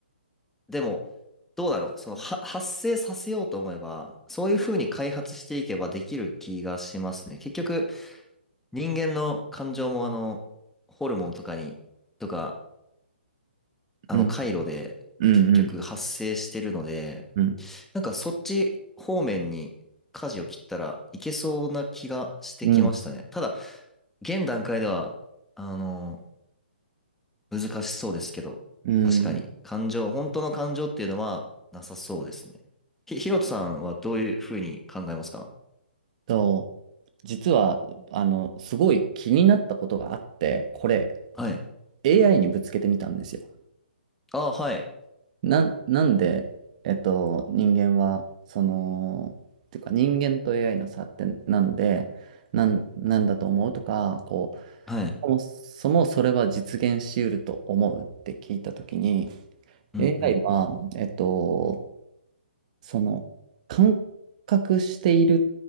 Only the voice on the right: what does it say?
うん。
うん。
うん。うん。
うん。
うん
と、実は、あの、すごい気になったことがあって、これ
AI にぶつけてみたんですよ。
なん、なんで、えっと、人間は、その、っていうか人間と AI の差ってなんで、なん、なんだと思うとか、こう、
そもそもそれは実現し得ると思うって聞いたときに、
AI は、えっと、その、感覚している